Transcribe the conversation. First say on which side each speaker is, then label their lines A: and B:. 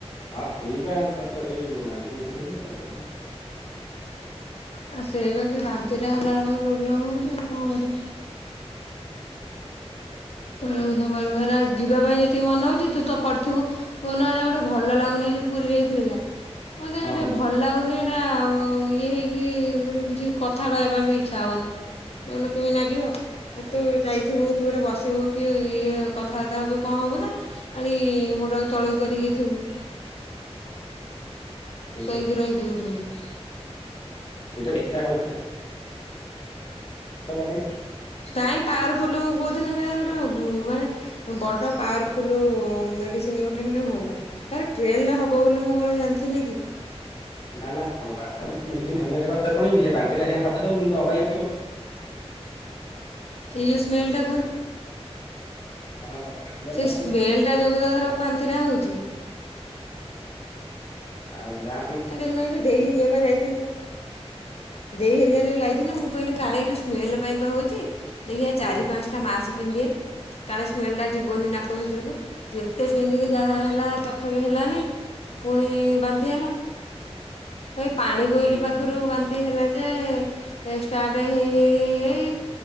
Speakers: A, on the left; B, on the left.
A: ହଁ ସେଇ ବା ତର ତ <unintelligible> ସେଇ ବାନ୍ତି ଫାନ୍ତିକି ଆଉ।
B: ଆଉ ସେଇ ବା ସେ ବାନ୍ତି ଟା ହେଲା ବେଳକୁ ପ୍ରୋବ୍ଲେମ୍ ହୋଉଛିି ଆଉ କଣ କରିବୁ। ବେଳକୁ ସମ୍ଭଳୁ <unintelligible> ଯିବା ପାଇଁ ଯେତିକି ମନେ ହଉଛି ତୁ ତ ପଡିଥିବୁ। କୋଉ ହେଲା ଗୋଟେ ଭଲ ଲାଗୁନି ଯୋଉ ପୁରୀ ଯାଇଥିଲି ଯା ମୋତେ
A: ଆଉ
B: ଗଟେ ଭଲ ଲାଗୁନି। ଇଏ ହେଇକି ଗୋଟେ କିଛି କଥା କହିବା ପାଇଁ ବି ଇଚ୍ଛା ହବନି। ତାନେ କେମିତି ନାଗିବ ଆଉ ତୁ ଯାଇଥିବୁ ତୁ ଗୋଟେ ବସିଥିବୁ କି ଇଏ କଥାବାର୍ତ୍ତା ହବୁ କଣ ହବୁ ନା ଖାଲି ମୁଣ୍ଡ ତଳକୁ କରିକି ଥିବୁ।
A: ହଁ
B: ଶୋଇକି ରହିଥିବୁ ପୁଣି।
A: ସେଇ ଛ କ <unintelligible>
B: ତାହିଁ ପାୱାରଫୁଲ ମୁଁ କହୁଥିନି ଗୋଟେ ମାନେ ବଡ ପାୱାରଫୁଲ୍ ମେଡିସିନ୍ ଗୋଟେ ହେଲେ ହୁଅନ୍ତା। ତାର ଟ୍ରେନ୍ ରେ ହବ ବୋଲି ମୁଁ କଣ ଜାଣିଥିନି।
A: ନା ନା ହେଣ ବାନ୍ତି ଟା ସେ ରଖିଦବ କିନ୍ତୁ <unintelligible> ଅବାଗିଆ ଲାଗିବ।
B: ଏଇ ଯୋଉ ସ୍ମେଲ ଟାକୁ
A: ହଁ, ଜଲଟା
B: ସେ
A: ପୁଣି
B: ସ୍ମେଲ୍ ଟା ଯୋଗୁ ତ ତାର ବାନ୍ତିଟା ହୋଉଛି।
A: ଆଉ ଯା
B: ଏ ଦେଖୁନ ଯୋଉ ଦେଇ ହେରିିକା ଯୋଉ ଯାଇଥିନୁ। ଦେଇ ହେରିକା ଯୋଉ ଯାଇଥିନେ ମୁଁ କହିଲି କାଳେ ଏ ଯୋଉ ସ୍ମେଲ ପାଇଁ ତ ହଉଛି ଦେଖିବା ଚାରି
A: ହୁଁ
B: ପାଞ୍ଚ ତି ମାସ ପିନ୍ଧିଏ କାଲେ ସ୍ମେଲ ଟା ଯିବନି ନାକ ଭିତରକୁ ଯେତେ ପିନ୍ଧିକି ଯାହା ହେଲା ତଥାପି ହେଲାନି ପୁଣି ବାନ୍ନ୍ତି ହେଲା। ଏଇ ପାଣି ବୋହିଲି
A: ହୁଁ
B: ପାଖରୁ
A: ହୁଁ
B: ବାନ୍ତି ହେଲା ଯେ ଏ ଷ୍ଟାର୍ଟ ହେଇ ହେଇ ହେଇ